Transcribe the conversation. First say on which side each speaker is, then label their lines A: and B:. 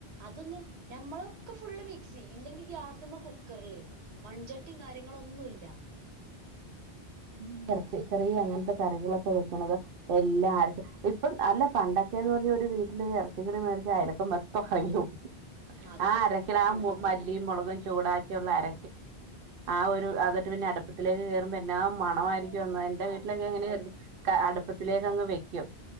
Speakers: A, on the right; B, on the right.
A: അതൊന്നും ഞമ്മള് ക്കെ ഫുള്ള് മിക്സി ഇല്ലെങ്കി ഗ്യാസ്മ്മെ, കുക്കറില്, മൺചട്ടിയും കാര്യങ്ങളന്നുല്ല
B: ല്ല ഇറച്ചി കറി അങ്ങനത്തെ കറികളൊക്കെ വെക്കണത് എല്ലാ അരക്കും ഇപ്പം അല്ല പണ്ടൊക്കെന്ന് പറഞ്ഞ ഒരു വീട്ടില് ഇറച്ചികറി മേടിച്ചു അയലൊക്കെ മൊത്തം അറിയും
A: അതന്നെ
B: ആ അരക്കിലോ ആ മല്ലിയും, മുളകും, ചൂടാക്കിയുള്ള അര ആ ഒരു അതൊരു പിന്നെ അടുപ്പത്തിലേക്ക് കേറുമ്പോ എന്നാ മണമായിരിക്കും എന്റെ
A: ആഹ്
B: വീട്ടിലൊക്കെ അങ്ങനെ ആയിരുന്ന് അടുപ്പത്തിലേക്ക് അങ്ങ് വെക്കും